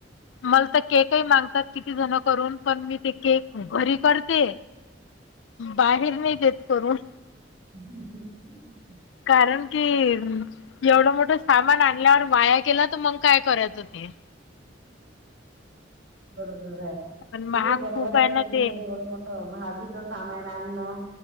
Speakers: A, on the left; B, on the right.
A: मला तर केक - ते मागतात, किती जण करून पण मी ते केक घरी करते. बाहेर नाही देत करून.
B: <unintelligible>
A: कारण कि एवढं मोठं सामान आणल्यावर वाया गेल तर मंग काय करायचं ते.
B: बरोबर आहे,
A: पण
B: ती
A: महाग
B: बरोबर
A: खूप
B: आहे ना तुमचं
A: ते
B: एवढं मोठ- महागीच सामान आणणं